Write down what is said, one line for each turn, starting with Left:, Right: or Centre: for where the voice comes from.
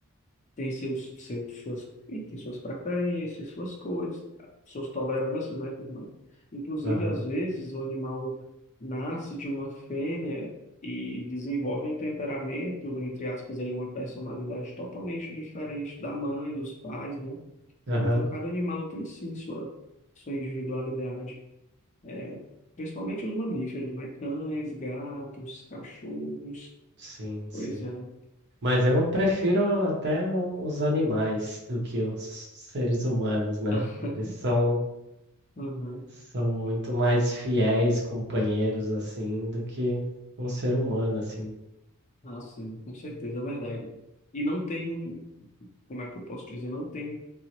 Left: tem seus, seus suas, e tem suas preferências, suas cores, suas tolerâncias, né, por mais. Inclusive,
Right: Aham,
Left: às vezes, o animal nasce de uma fêmea e desenvolve um temperamento, entre aspas, ali, uma personalidade totalmente diferente da mãe, dos pais, né?
Right: aham.
Left: Então, cada animal tem sim sua, sua individualidade. É, principalmente os mamíferos, né? Cães, gatos, cachorros.
Right: Sim, sim.
Left: Pois é.
Right: Mas eu prefiro até o- os animais do que os seres humanos, né?
Left: <laughs>
Right: Eles são,
Left: Aham.
Right: são muito mais fiéis companheiros, assim, do que um ser humano, assim.
Left: Ah, sim, com certeza, é verdade. E não tem, como é que eu posso dizer, não tem